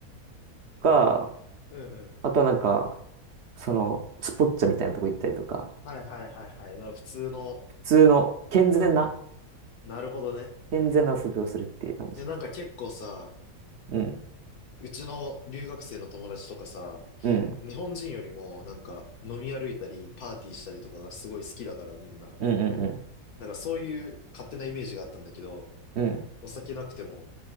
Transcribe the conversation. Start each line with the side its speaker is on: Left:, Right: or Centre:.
Right: が、
Left: うんうん。
Right: あとはなんか、その、スポッチャみたいなとこ行ったりとか、
Left: はいはいはいはい。な普通の、
Right: 普通の健全な、
Left: なるほどね。
Right: 健全な遊びをするっていう感じ。
Left: いや、なんか結構さ、
Right: うん。
Left: うちの留学生の友達とかさ、
Right: うん。
Left: 日本人よりもなんか飲み歩いたり、パーティーしたりとかがすごい好きだからみんな。
Right: うんうんうん。
Left: なんかそういう勝手なイメージがあったんだけど、
Right: うん。
Left: お酒なくても